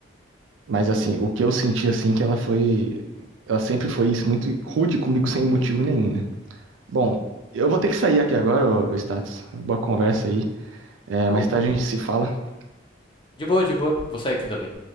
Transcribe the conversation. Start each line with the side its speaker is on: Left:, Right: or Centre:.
Right: mas assim, o que eu senti assim que ela foi, ela sempre foi isso muito rude comigo sem motivo nenhum, né? Bom, eu vou ter que sair aqui agora, ô ô Status. Boa conversa aí. É,
Left: Opa.
Right: mais tarde a gente se fala.
Left: De boa, de boa. Vou sair aqui também.